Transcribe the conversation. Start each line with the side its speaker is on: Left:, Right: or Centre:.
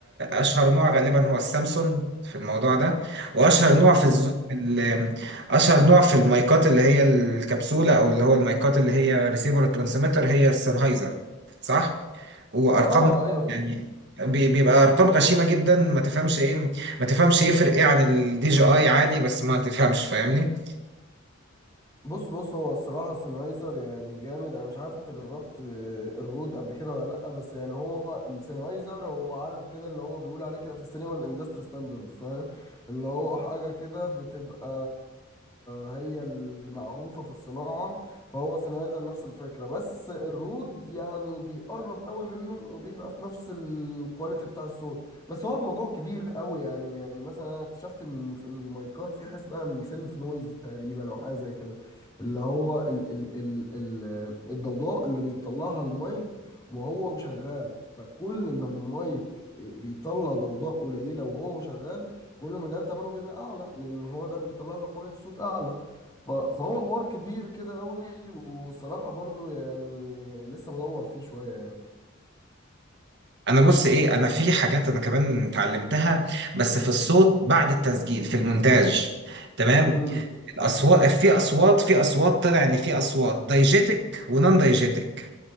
Right: اشهر نوع غالبا هو السامسونج في الموضوع ده واشهر نوع في
Left: مم.
Right: الزو... في ال... اشهر نوع في المايكات اللي هي الكبسولة او اللي هو المايكات اللي هي ريسيفر ترانسميتر هي السennheiser صح وارقام
Left: اه ايوه
Right: يعني بي- بيبقى ارقام غشيمة جدا ما تفهمش ايه ما تفهمش يفرق ايه عن الدي جي اي عادي بس ما تفهمش فاهمني
Left: بص بص هو الصراحة السنهايزر يعني جامد أنا مش عارف أنت جربت آه، الرود قبل كده ولا لأ بس يعني هو السنهايزر هو عارف كده اللي هو بيقول عليه كده في السينما الاندستري ستاندرد فاهم اللي هو حاجة كده بتبقى هي المعروفة في الصناعة فهو سنهايزر نفس الفكرة بس الرود يعني بيقرب قوي منه وبيبقى في نفس الكواليتي بتاع الصوت بس هو الموضوع كبير قوي يعني يعني مثلا أنا اكتشفت إن في المايكات في حاجة اسمها السيلف نويز تقريبا أو حاجة زي كده اللي هو ال ال ال ال الضوضاء اللي بيطلعها المايك وهو شغال فكل ما المايك بيطلع ضوضاء قليلة وهو شغال كل ما ده تمنه بيبقى أعلى لأن هو ده بيطلع لك كواليتي صوت أعلى ف- فهو حوار كبير كده أوي والصراحة برضو يعني لسه بدور فيه شوية يعني
Right: انا بص ايه انا في حاجات انا كمان اتعلمتها بس في الصوت بعد التسجيل في المونتاج تمام
Left: امم
Right: الاصوات في اصوات في اصوات طلع ان في اصوات دايجيتك ونون دايجيتك